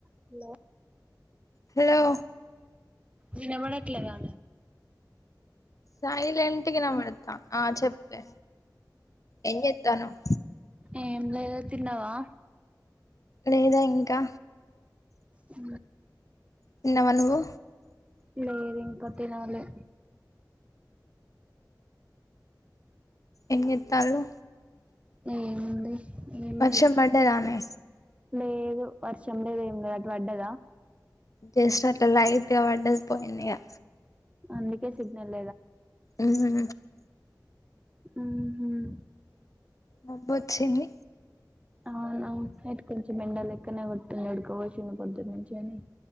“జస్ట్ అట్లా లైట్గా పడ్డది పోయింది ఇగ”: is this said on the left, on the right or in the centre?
Left